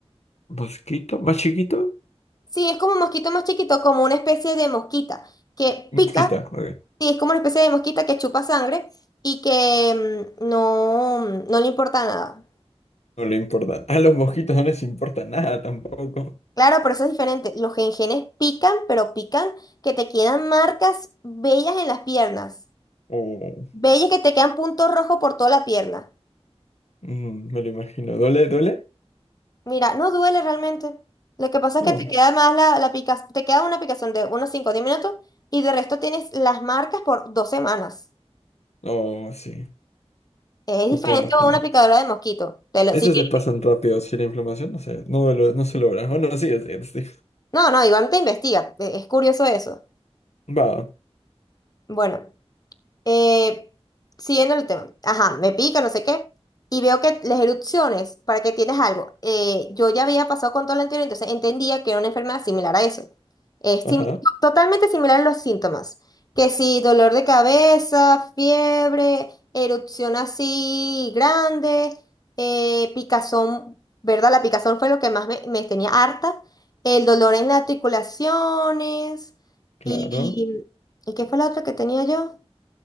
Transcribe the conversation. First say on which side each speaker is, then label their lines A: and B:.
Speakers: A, on the left; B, on the left.
A: ¿Mosquito? ¿Más chiquito?
B: Sí, es como un mosquito más chiquito, como una especie de mosquita que
A: Mosquita,
B: pica.
A: ok.
B: Sí, es como una especie de mosquita que chupa sangre y que mm, no, mm, no le importa nada.
A: No le importa. A los mosquitos no les importa nada tampoco.
B: Claro, pero eso es diferente. Los gengenes pican, pero pican que te quedan marcas bellas en las piernas.
A: Oh,
B: Bellas que te quedan puntos rojos por toda la pierna.
A: mm, me lo imagino. ¿Duele? ¿Duele?
B: Mira, no duele realmente. Lo que pasa
A: No.
B: es que te queda más la, la pica- te queda una picazón de unos 5 o 10 minutos y de resto tienes las marcas por dos semanas.
A: Oh, sí.
B: Es diferente
A: Lo puedo imaginar.
B: a una picadora de mosquito. Te lo-
A: Esos
B: si quieres-
A: se pasan rápido si la inflamación no se, no, lo- no se logra. Bueno, sí, así es. sí.
B: No, no, igual te investiga. e- Es curioso eso.
A: Va.
B: Bueno, Eh, siguiendo el tema, ajá, me pica, no sé qué, y veo que las erupciones, para que tienes algo, eh, yo ya había pasado con todo lo anterior, entonces entendía que era una enfermedad similar a eso. Es
A: Ajá.
B: simi- totalmente similar a los síntomas, que si dolor de cabeza, fiebre, erupción así grande, eh, picazón, ¿verdad? La picazón fue lo que más me, me tenía harta, el dolor en las articulaciones,
A: Claro.
B: y, ¿y qué fue la otra que tenía yo?